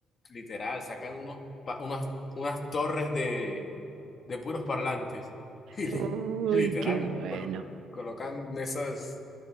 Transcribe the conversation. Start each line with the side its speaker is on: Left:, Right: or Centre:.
Left: literal, sacan unos, pa- unas, unas torres de puros parlantes. <laughs> Y li-
Right: Uy,
Left: literal,
Right: qué bueno.
Left: col- colocan esas...